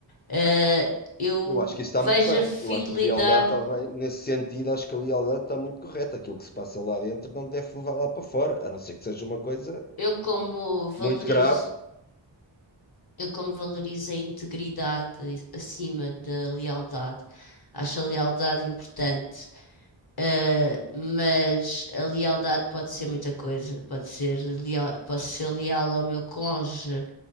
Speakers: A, on the left (about 55°); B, on the left (about 25°).
A: Eh, eu
B: Eu acho que isso está
A: vejo
B: muito bem.
A: a fidelidade,
B: Eu acho que a lealdade está bem. Nesse sentido, acho que a lealdade está muito correta. Aquilo que se passa lá dentro não deve levar lá para fora, a não ser que seja uma coisa
A: eu como valorizo,
B: muito grave.
A: eu como valorizo a integridade acima da lealdade. Acho a lealdade importante, eh, mas a lealdade pode ser muita coisa. Pode ser leal, posso ser leal ao meu cônjuge,